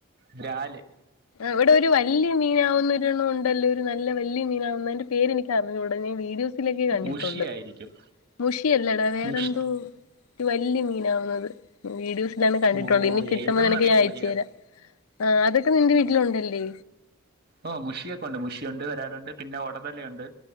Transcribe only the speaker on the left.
ഇവിടെ ഒരു വലിയ മീനാവുന്ന ഒണ്ണം ഉണ്ടല്ലോ ഒരു നല്ല വലിയ മീനാവുന്ന അയിന്റെ പേരെ എനിക്ക് അറിഞ്ഞുകൂടെ ഞാൻ വീഡിയോസ് കണ്ടിട്ടുണ്ട്
മുഷി അല്ലടാ വേറെന്തോ
വല് മീനാവുന്നത് വീഡിയോസിലാണ് കണ്ടിട്ടുള്ളൂ
ഇനി കിട്ടുമ്പോ
നിനക്ക് ഞാൻ അയച്ചു
തരാം ആ അതൊക്കെ നിന്റെ വീട്ടിലുണ്ടല്ലേ